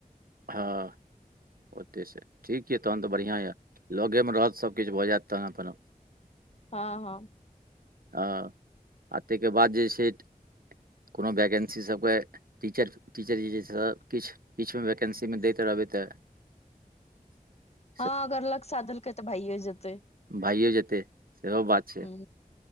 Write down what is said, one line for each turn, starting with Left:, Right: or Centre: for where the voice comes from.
Right: हँ ओतहि से। ठीक अछि तखन तऽ बढ़िआँ ये लगेमे रहत सभकिछु भऽ जायत तखन अपन।
Left: हँ हँ।
Right: ह। आ ताहिके बाद जे छै कोनो वैकेन्सी सभके टीचर टीचर जे छै, किछु किछुमे वैकेन्सीमे दैत रहबै तऽ <inaudible>
Left: हँ अगर लक साथ देलकै तऽ भइये जेतै।
Right: भइये जेतै सेहो बात छै।
Left: हूँ